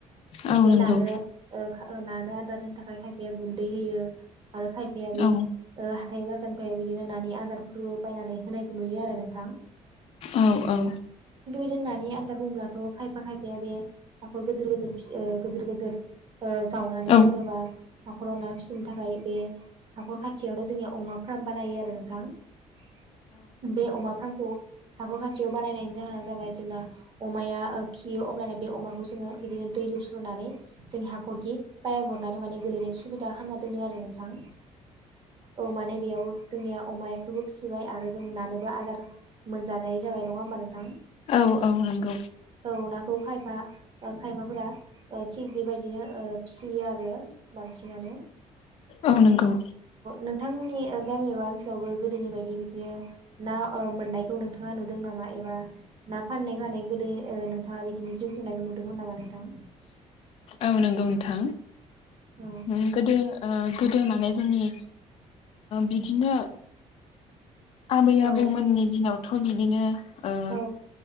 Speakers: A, on the left; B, on the right.
A: औ
B: बे
A: नंगौ
B: नानो ओ खा नानो आदार होनो थाखाय खायफाया गुन्दै होयो। आरो खायफाया बे
A: औ
B: ओ हाथाय बाजार ओ बिनिफाय नानि आदारफोरबो बायनानै होनायखौ नुयो आरो नोंथां।
A: औ औ।
B: दोननानै आदार रुमब्लाथ' खायफा खायफाया बे हाखर गोदोर गोदोर फिस ओ गोदोर गोदोर ओ जावनानै
A: औ
B: जेनेबा हाखराव ना फिसिनो थाखाय बे हाख'र खाथियावनो जोंनिया अमा फार्म बानायो आरो नोंथां बे अमा फार्मखौ हाखर खाथियाव बानायनायनि जाहोना जाबाय जेब्ला अमाया ओ खियो अब्लना बे अमाखौ जोङो बिदिनो दै लुस्रनानै जोंनि हाखरखि पायेब हरनानै माने गोलैनाय सुबिदा खामना दोनो आरो नोंथां। औ माने बेयाव जोंनिया अमाखौबो फिसिबाय आरो जों नानोबो आदार मोनजानाय जाबाय नङा होमबा नोंथां?
A: औ औ नंगौ।
B: औ नाखौ खायफा खायफाफोरा थिग बेबायदिनो फिसियो आरो बां फिसिनानै
A: औ नंगौ
B: नोंथांमोननि गामि एबा ओनसोलावबो गोदोनि बायदि बिदिनो ना मोननायखौ नोंथाङा नुदों नामा एबा ना फाननाय माने गोदो नोंथाङा बिदिनो जिउ खुंनायखौ नुदोंमोन नामा नोंथां?
A: औ नंगौ नोंथां।
B: औ
A: नंगौ दे। गोदो माने जोंनि बिदिनो आबै
B: औ
A: आबौमोननि दिनावथ' बिदिनो ओ
B: औ